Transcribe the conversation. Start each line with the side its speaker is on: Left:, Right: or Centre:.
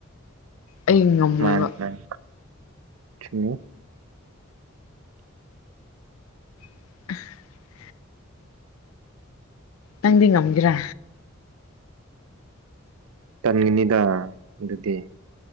Left: ꯑꯩ ꯉꯝꯃꯣꯏꯕ
Right: ꯃꯥꯅꯤ ꯃꯥꯅꯤ ꯆꯨꯝꯃꯤ
Left: <inaudible> ꯅꯪꯗꯤ ꯉꯝꯒꯦꯔꯥ
Right: ꯇꯟꯒꯅꯤꯗꯥ ꯗꯨꯗꯤ